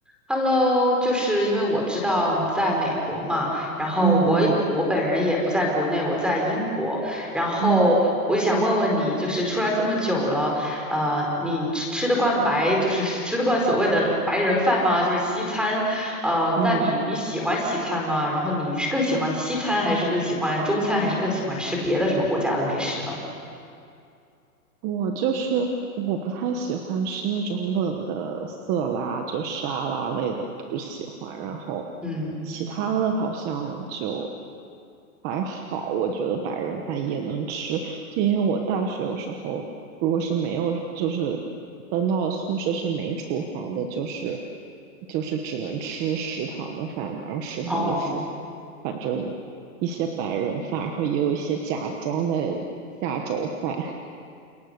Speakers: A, in the centre; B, on the right (about 20°).
A: Hello，就是因为我知道你在美国嘛，然后我也我本人也不在国内，
B: 嗯嗯
A: 我在英国，然后我就想问问你，
B: 嗯
A: 就是出来这么久了，呃，你吃吃得惯白，就是吃得惯所谓的白人饭吗？就是西餐，呃，那你你喜欢西餐吗？
B: 嗯，
A: 然后你是更喜欢西餐，还是更喜欢中餐，还是更喜欢吃别的什么国家的美食呢？
B: 我就是我不太喜欢吃那种冷的色拉，就沙拉类的不喜欢。然后
A: 嗯，
B: 其他的好像就还好，我觉得白人饭也能吃。就因为我大学有时候如果是没有，就是搬到宿舍是没厨房的，就是就是只能吃食堂的饭嘛。然后食堂就是
A: 哦，
B: 反正一些白人饭，然后也有一些假装的亚洲饭。<laughs>